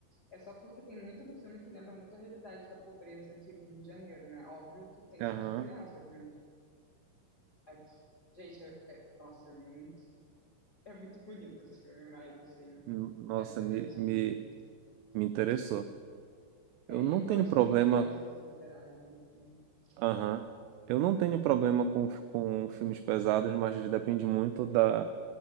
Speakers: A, on the left; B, on the right.
A: é só porque tem muito do filme que lembra muito a realidade da pobreza aqui do Rio de Janeiro, né? Óbvio que tem
B: Aham.
A: suas diferenças, mas aqui, gente, é, é- nossa, é muito, é muito bonito esse filme, mas, assim,
B: Nossa,
A: é pesadinho,
B: me, me,
A: né?
B: me interessou.
A: vou te dizer. É,
B: Eu não
A: e eu
B: tenho
A: gosto
B: problema.
A: quando crianças interagem, assim,
B: Aham.
A: sei lá.
B: Eu não tenho problema com, com filmes pesados, mas depende muito da,